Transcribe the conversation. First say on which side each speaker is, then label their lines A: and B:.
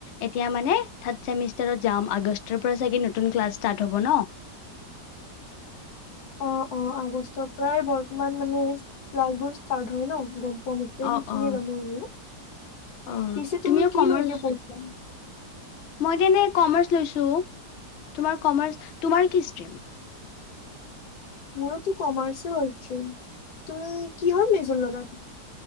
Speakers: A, on the left; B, on the left.
A: এতিয়া মানে থাৰ্ড চেমিষ্টাৰত যাম, আগষ্টৰ পৰা চাগে নতুন ক্লাছ ষ্টাৰ্ট হ'ব ন।
B: অ', অ', আগষ্টৰ পৰাই বৰ্তমান মানে ক্লাছ বোৰ ষ্টাৰ্ট হয় ন গ কমতে
A: অ
B: সেইখিনিয়ে
A: অ
B: জানো আৰু।
A: অ
B: পিছে
A: তুমিও
B: তুমি কি
A: কমাৰ্চ
B: লৈকে <unintelligible>
A: মই তেনে <unintelligible> লৈছো, তোমাৰ কমাৰ্চ, তোমাৰ কি ষ্ট্ৰীম?
B: মোৰতো কমাৰ্চে হয়। <unintelligible> তুমি কিহৰ মেজৰ ল'লা?